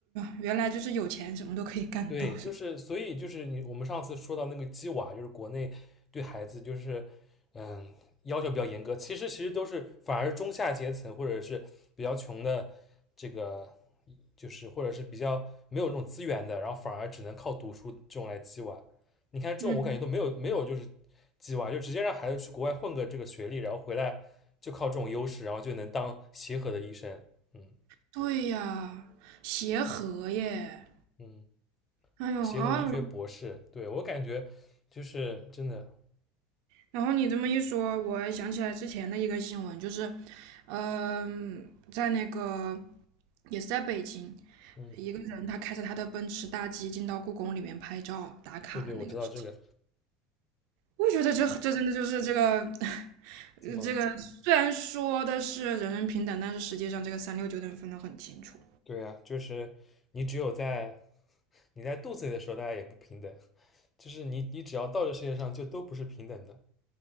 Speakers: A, on the right; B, on the left.
A: 原来就是有钱什么都可以干到，
B: 对，就是所以就是你我们上次说到那个鸡娃，
A: 是吧？
B: 就是国内对孩子就是嗯要求比较严格，其实其实都是反而中下阶层或者是比较穷的这个就是或者是比较没有那种资源的，然后反而只能靠读书这种来鸡娃。你看这种我感觉都没有没有就是鸡娃，
A: 嗯，
B: 就直接让孩子去国外混个这个学历，然后回来就靠这种优势，然后就能当协和的医生。嗯
A: 对呀，协和耶，
B: 嗯。
A: 哎呦，
B: 协和的医学博士。
A: 啊，
B: 对我感觉就是真的，
A: 然后你这么一说，我想起来之前的一个新闻，就是，嗯、在那个也是在北京，
B: 嗯，
A: 一个人他开着他的奔驰大 G 进到故宫里面拍照打卡的那个事情，
B: 对对，我知道这个
A: 我觉得这这真的就是这个，<laughs>
B: 怎么
A: 呃这个虽然说的是人人平等，但是实际上这个三六九等分得很清楚。
B: 对呀，就是你只有在你在肚子里的时候，大家也不平等，就是你你只要到这世界上，就都不是平等的。